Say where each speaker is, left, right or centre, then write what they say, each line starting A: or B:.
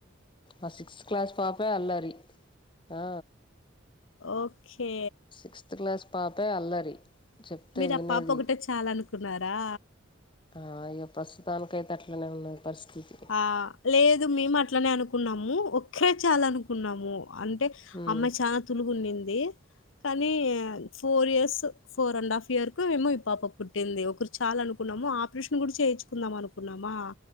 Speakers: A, on the left (about 25°); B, on the left (about 75°).
A: ఆ సిక్స్త్ క్లాస్ పాపే అల్లరి ఆ
B: ఒకే
A: సిక్స్త్ క్లాస్ పాపే అల్లరి చెప్తే
B: మీరు
A: వినది
B: ఆ పాప ఒకటే చాలనుకున్నారా
A: ఆ ఇ ప్రస్తుతానినికి ఐతే అట్లనే ఉన్నది పరిస్థితి
B: ఆ లేదు మేము అట్లనే అనుకున్నాము ఒక్కే చాలు అనుకున్నాము అంటే
A: ఉమ్
B: అమ్మాయి చాలా తులుగున్నింది కానీ four years four and half ఇయర్కు మేమో ఈ పాప పుట్టింది ఒకరు చాలు అనుకున్నాము ఆపరేషన్ కూడా చేయించుకుందాం అనుకున్నామా